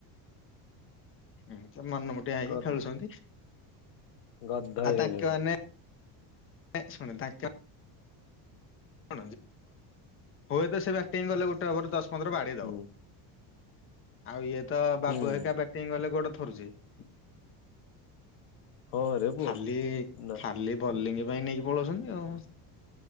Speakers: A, on the left; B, on the left.
A: ଏମିତି ମନମୁଟିଆ ହେଇକି
B: ଗ
A: ଖେଳୁଛନ୍ତି
B: ଗଧ ହେଇଗଲେଣି
A: ଆଉ ତାଙ୍କେ ମାନେ <unintelligible> <inaudible> ହୁଏତ ସେ ବ୍ୟାଟିଂ ଗଲେ ଗୋଟେଭର ଦଶ ପନ୍ଦର ବାଡିେଇ ଦବ
B: ହୁଁ
A: ଆଉ ଇଏ ତ ବାବୁ
B: ହୁଁ
A: ହୋ ବାଟିଙ୍ଗ ଗଲେ ଗୋଟେ <unintelligible>
B: ହଁ ରେ ପୁଅ
A: ଖାଲି
B: ନା
A: ଖାଲି ବଲିଙ୍ଗ ପାଇଁ ନେଇ ବଳ ଅଛନ୍ତି ଆଉ